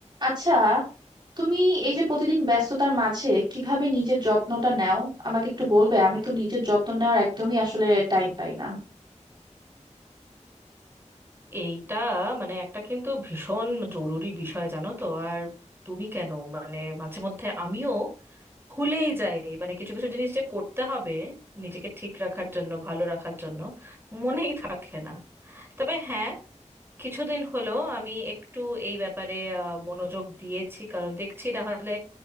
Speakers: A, on the right (about 35°); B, on the right (about 20°).
A: আচ্ছা তুমি এই যে প্রতিদিন ব্যস্ততার মাঝে কিভাবে নিজের যত্নটা নাও আমাকে একটু বলবে আমি তো নিজের যত্ন নেওয়ার একদমই আসলে টাইম পাই না
B: এইটা মানে একটা কিন্তু ভীষণ জরুরি বিষয় জানো তো আর তুমি কেন মানে মাঝে মধ্যে আমিও ভুলেই যাই মানে কিছু কিছু জিনিস যে করতে হবে নিজেকে ঠিক রাখার জন্য ভালো রাখার জন্য মনেই থাকে না তবে হ্যাঁ কিছুদিন হলো আমি একটু এই ব্যাপারে আহ, মনোযোগ দিয়েছি কারণ দেখছি না হলে